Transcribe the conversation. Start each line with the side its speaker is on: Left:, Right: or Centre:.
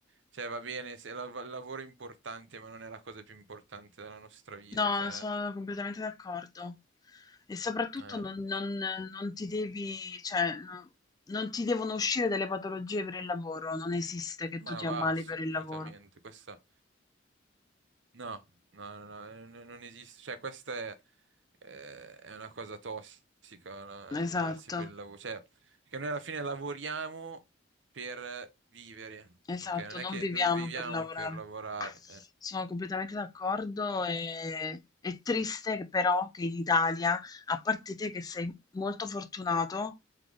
Right: cioè, va bene, se la- il lavoro è importante, ma non è la cosa più importante della nostra vita,
Left: No,
Right: cioè,
Left: sono completamente d'accordo. E soprattutto
Right: eh,
Left: non, non- non ti devi, cioè, non, non ti devono uscire delle patologie per il lavoro, non esiste che
Right: ma
Left: tu ti
Right: va
Left: ammali
Right: assolutamente,
Left: per il lavoro.
Right: questa... No, no, no, no, non non esiste, cioè questa è, eh, è una cosa tossica, la- ammalarsi
Left: Esatto.
Right: per il lavoro, cioè, perché noi alla fine lavoriamo per vivere,
Left: Esatto,
Right: ok? Non è
Left: non
Right: che
Left: viviamo
Right: non viviamo
Left: per lavorare.
Right: per lavorare, eh.
Left: Sono completamente d'accordo e è triste che però che in Italia, a parte te che sei molto fortunato,